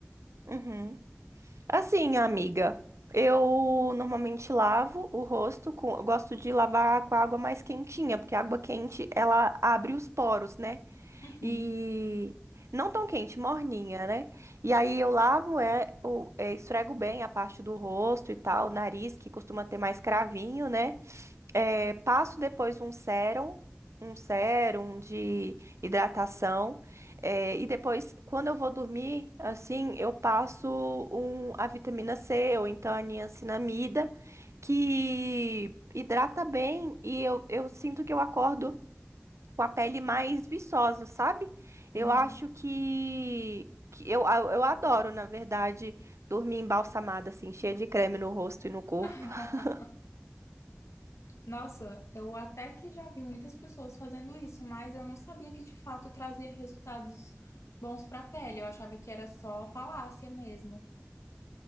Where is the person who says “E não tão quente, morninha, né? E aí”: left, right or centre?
Right